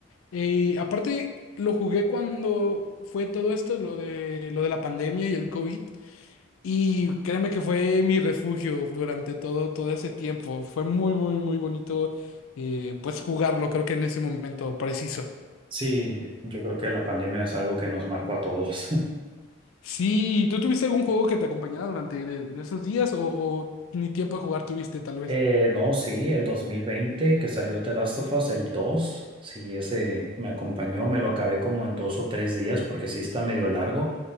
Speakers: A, on the left (about 85°); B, on the right (about 25°).
A: Y aparte lo jugué cuando fue todo esto, lo de, lo de la pandemia y el COVID, y créeme que fue mi refugio durante todo, todo ese tiempo. Fue muy, muy, muy bonito, eh, pues jugarlo, creo que en ese momento preciso.
B: sí. Yo creo que la pandemia es algo que nos marcó a todos. <laughs>
A: Sí, ¿tú tuviste algún juego que te acompañara durante de- de esos días o, o ni tiempo de jugar tuviste tal vez?
B: Eh, no, sí, el 2020 que salió The Last of Us, el 2, sí, ese me acompañó, me lo acabé como en dos o tres días porque sí está medio largo